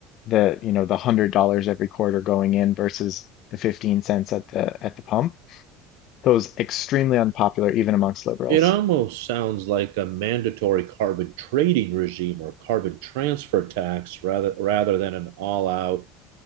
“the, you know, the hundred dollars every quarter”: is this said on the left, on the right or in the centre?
Left